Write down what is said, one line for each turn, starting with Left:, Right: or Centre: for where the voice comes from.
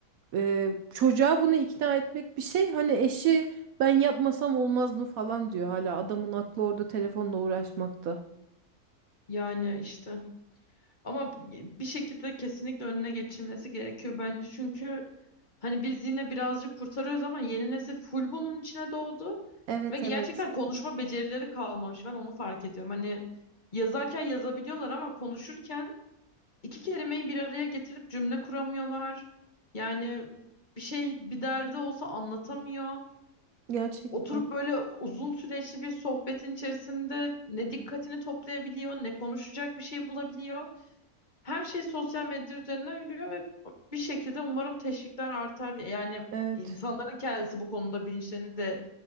Right: e, çocuğa bunu ikna etmek bir şey. Hani eşi ben yapmasam olmaz mı falan diyor hala. Adamın aklı orada telefonla uğraşmakta.
Left: Yani işte. Ama bir şekilde kesinlikle önüne geçilmesi gerekiyor bence. Çünkü hani biz yine birazcık kurtarıyoruz ama yeni nesil full bunun içine doğdu.
Right: Evet
Left: Ve gerçekten
Right: evet.
Left: konuşma becerileri kalmamış. Ben onu fark ediyorum. Hani yazarken yazabiliyorlar ama konuşurken iki kelimeyi bir araya getirip cümle kuramıyorlar. Yani bir şey bir derdi olsa anlatamıyor.
Right: Gerçekten.
Left: Oturup böyle uzun süreçli bir sohbetin içerisinde ne dikkatini toplayabiliyor, ne konuşacak bir şey bulabiliyor. Her şey sosyal medya üzerinden yürüyor ve bir şekilde umarım teşvikler artar. Yani
Right: Evet.
Left: insanların kendisi bu konuda bilinçlerini de